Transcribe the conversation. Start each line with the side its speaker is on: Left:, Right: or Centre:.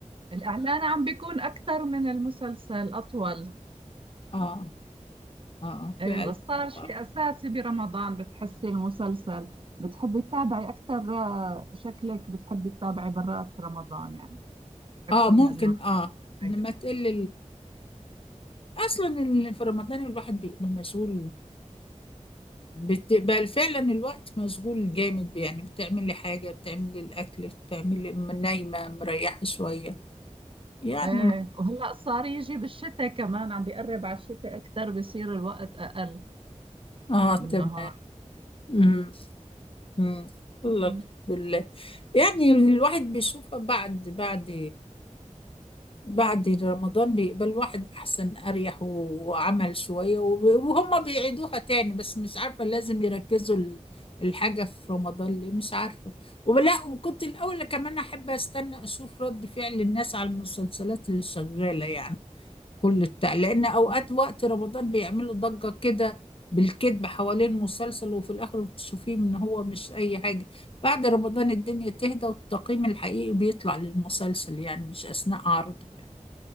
Right: الإعلان عم بيكون أكثر من المسلسل أطول
Left: اه اه
Right: إيه
Left: فعلا
Right: بس صار شيء
Left: اه
Right: أساسي برمضان بتحسي المسلسل بتحبي تتابعي أكثر آه، شكلك بتحبي تتابعي برات رمضان يعني أكثر
Left: آه، ممكن
Right: من إنه
Left: اه
Right: حاجة
Left: لما تقل اصلا اللي في رمضان الواحد بيبقى مسؤول بتبقى فعلا الوقت مشغول جامد يعني بتعمل لي حاجه بتعمل لي الاكل بتعمل لي نايمه مريحه شويه يعني
Right: ايه وهلا صار يجي بالشتاء كمان عم بيقرب على الشتاء اكثر بيصير الوقت اقل
Left: اه تمام
Right: بالنهار
Left: أمم، أمم. الله
Right: مهم.
Left: الحمد لله يعني الواحد بيشوفها بعد بعد بعد رمضان بيقبل واحد أحسن أريح وعمل شوية وب- وهم بيعيدوها تاني بس مش عارفة لازم يركزوا ال- الحاجة في رمضان ليه مش عارفة ولا وكنت الأول كمان أحب أستنى أشوف رد فعل الناس على المسلسلات اللي شغالة يعني كل التق... لأن أوقات وقت رمضان بيعملوا ضجة كده بالكذب حوالين مسلسل وفي الآخر بتشوفيه إن هو مش أي حاجة بعد رمضان الدنيا تهدى والتقييم الحقيقي بيطلع للمسلسل يعني مش أثناء عرضه يعني.